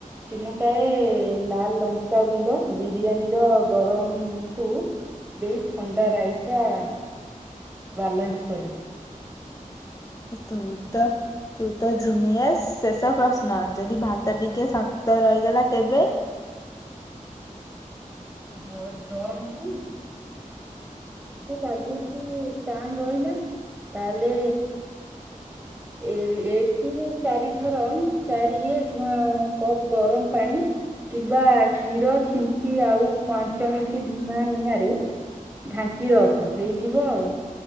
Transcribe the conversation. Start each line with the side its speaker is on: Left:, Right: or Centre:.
Right: ଚିମୁଁଟା ଏ ଲାଲ ଲ ଲଙ୍କା ଗୁଣ୍ଡ ବିରିୟାନୀ ର ଗରମକୁ ଦେଇ ଥଣ୍ଡା ରାଇତା। ବାଲାନ୍ସ କରିବୁ।
Left: ତୁ ତ ତୁ ତ ଜିନିୟସ। ଶେଷ ପ୍ରଶ୍ନ ଯଦି ଭାତ ଟିକେ ଶକ୍ତ ରହିଗଲା ତେବେ?
Right: <inaudible> ଯଦି ଲାଗୁଚି ଟାଣ୍ ରହିଲା ତାହାଲେ ଏଇଟି ଚାରି ଥର। ଚାରି ଇଏ କପ୍ ଗରମ ପାଣି କିବା କ୍ଷୀର ଛିଚି ଆଉ ପାଞ୍ଚ ମିନିଟ ଧିମା ନିଆଁରେ ଢାଙ୍କି ରଖ ହେଇଯିବ ଆଉ।